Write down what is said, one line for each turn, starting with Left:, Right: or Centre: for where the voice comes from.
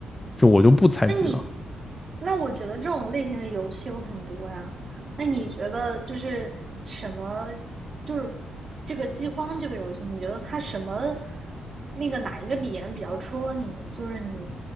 Left: 就我就不采集了。
Right: 那你，那我觉得这种类型的游戏有很多呀。那你觉得就是什么，就是这个饥荒这个游戏，你觉得它什么那个哪一个点比较戳你？就是你，